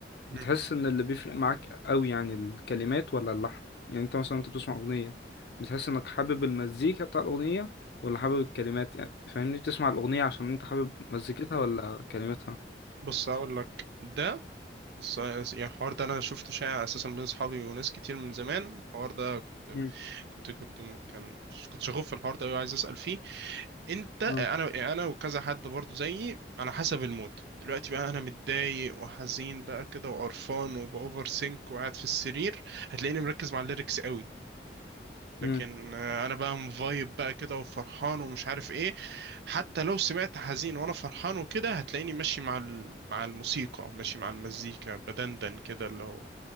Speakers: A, on the right; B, on the left.
A: مم.
B: بتحس ان اللي بيفرق معاك قوي يعني الكلمات ولا اللحن يعني انت مثلا انت بتسمع اغنيه بتحس
A: مم.
B: انك حابب المزيكا بتاع الاغنيه ولا حابب الكلمات يعني فاهمني بتسمع الاغنيه عشان انت حابب مزيكتها ولا كلماتها
A: بص اقول لك ده بس يعني الحوار ده انا شفته شائع اساسا بين اصحابي وناس كتير من زمان الحوار ده
B: مم.
A: كنت كنت كنت م- كان كنت شغوف في الحوار ده وعايز اسال فيه انت انا
B: اه
A: انا وكذا حد برضو زيي على حسب المود دلوقتي بقى انا متضايق وحزين بقى كده وقرفان وباوفر سينك وقاعد في السرير هتلاقيني مركز مع الليركس قوي لكن
B: امم
A: آه، انا بقى مفايب بقى كده وفرحان ومش عارف ايه حتى لو سمعت حزين وانا فرحان وكده هتلاقيني ماشي مع ال- مع الموسيقى ماشي مع المزيكا بدندن كده اللي هو